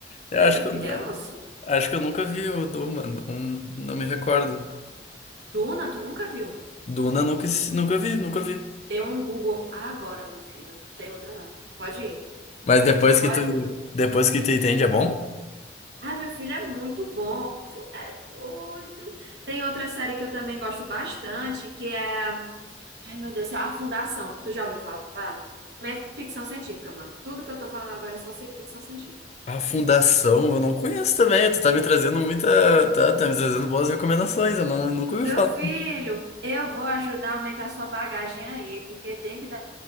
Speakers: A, on the left; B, on the right.
A: Eu
B: É,
A: acho
B: meu
A: que
B: filho,
A: eu,
B: é osso.
A: acho que eu nunca vi o Duna, não, não me recordo.
B: Duna, tu nunca viu?
A: Duna nunca, nunca vi, nunca vi.
B: Dê um Google agora, meu filho. Não tem outra, não. Pode ir.
A: Mas depois
B: Pode.
A: que tu, depois que tu entende, é bom?
B: Ai, meu filho é muito bom. Tu é doido. Tem outra série que eu também gosto bastante, que é. Ai, meu Deus, do céu, A Fundação. Tu já ouviu falar? Também é ficção científica, mano. Tudo que eu tô falando agora é só ser ficção científica.
A: A Fundação, eu não conheço também. Tu tá me trazendo muita. Tá, tá me trazendo boas recomendações. Eu não, nunca ouvi
B: Meu
A: falar.
B: filho, eu vou ajudar a aumentar sua bagagem aí, porque tem que dar